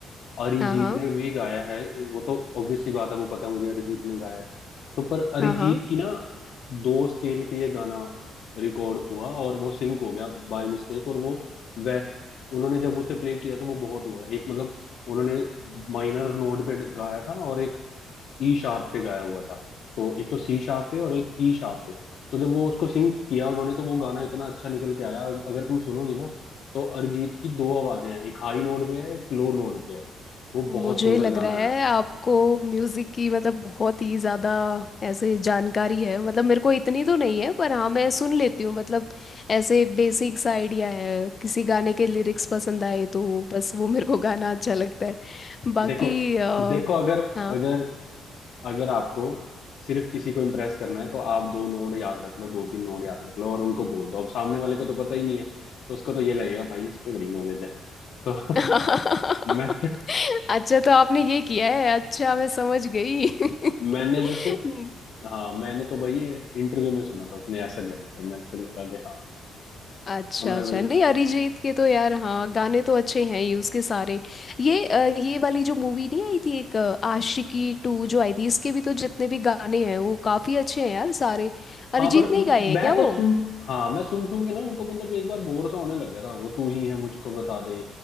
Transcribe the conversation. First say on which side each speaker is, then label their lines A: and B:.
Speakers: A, on the left; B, on the left.
A: अरिजीत
B: हाँ हाँ
A: ने भी गाया है वो तो ऑब्वियस सी बात है वो पता है मुझे अरिजीत ने गाया है तो पर अरिजीत
B: हाँ हाँ
A: की ना दो स्केल पे ये गाना रिकॉर्ड हुआ और वो सिंक हो गया बाय मिस्टेक और वो वैस उन्होंने जब उसे प्ले किया तो वो बहुत हुआ एक मतलब उन्होंने माइनर नोड पे गाया था और एक ई शार्प पे गाया हुआ था तो एक तो सी शार्प पे और एक ई शार्प पे तो जब वो उसको सिंग किया उन्होंने तो वो गाना इतना अच्छा निकल के आया और अगर तुम सुनोगी ना तो अरिजीत की दो आवाजें हैं एक हाई नोट पे है एक लो नोट पे है वो
B: मुझे
A: बहुत सुंदर
B: लग
A: गाना
B: रहा है
A: है
B: आपको म्यूजिक की मतलब बहुत ही ज्यादा ऐसे जानकारी है मतलब मेरे को इतनी तो नहीं है पर हाँ मैं सुन लेती हूँ मतलब ऐसे बेसिक सा आइडिया है किसी गाने के लिरिक्स पसंद आए तो बस वो मेरे को गाना अच्छा लगता है बाकी
A: देखो
B: अ,
A: देखो अगर
B: हाँ
A: अगर अगर आपको सिर्फ किसी को इम्प्रेस करना है तो आप दो नोड याद रख लो दो तीन नोड याद रख लो और उनको बोल दो अब सामने वाले को तो पता ही नहीं है तो उसको तो ये लगेगा भाई इसको बड़ी नॉलेज है तो
B: <laughs>
A: <laughs> मैं
B: अच्छा तो आपने ये किया है अच्छा मैं समझ गई
A: मैंने
B: <laughs>
A: बस हाँ मैंने तो भाई इंटरव्यू में सुना था उसने ऐसे बोला तो मेरे को लगा कि हाँ
B: अच्छा
A: तो मैं
B: अच्छा
A: भाई
B: नहीं
A: हाँ
B: अरिजीत के तो यार हाँ गाने तो अच्छे हैं ही उसके सारे ये अ, ये वाली जो मूवी नहीं आई थी एक अ, आशिकी टू जो आई थी इसके भी तो जितने भी गाने हैं वो काफी अच्छे हैं यार सारे अरिजीत
A: हाँ, पर
B: ने
A: म-
B: ही गाए हैं
A: मैं
B: क्या
A: तो
B: वो
A: सुन हाँ मैं सुन सुन के ना उनको मतलब एक बार बोर सा होने लग गया था वो तू ही है मुझको बता दे